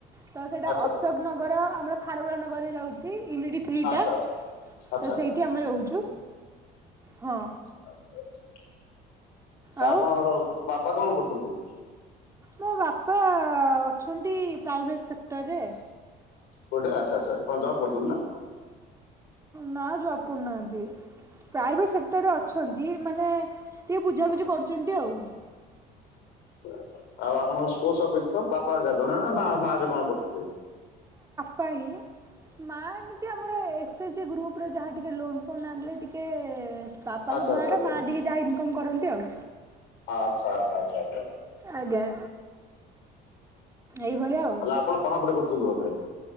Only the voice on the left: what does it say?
ଆଚ୍ଛା
ଆଚ୍ଛା
ଆଚ୍ଛା ଆଚ୍ଛା
ଆଚ୍ଛା ଆଚ୍ଛା।
ଆପଣଙ୍କର ବାପା କଣ କରୁଛନ୍ତି?
ଗୋଟେ ଆଚ୍ଛା ଆଚ୍ଛା କଣ ଯକୁ ପଡୁଛନ୍ତି ନା?
ଆଚ୍ଛା ଆଚ୍ଛା
ଆଚ୍ଛା ଆଉ ଆପଣଙ୍କ ସ୍ୋସ ତ ବାପା ଆ ଜଣେ ମା ମା ବି କଣ କରୁଛନ୍ତି?
ଆଚ୍ଛା
ଆଚ୍ଛା ଆଚ୍ଛା
ଆଚ୍ଛା ଆଚ୍ଛା ଆଛା ଆଛା।
ତାହେଲେ ଆପଣ ପଢାପଢି କରୁଛନ୍ତି ଭବେ?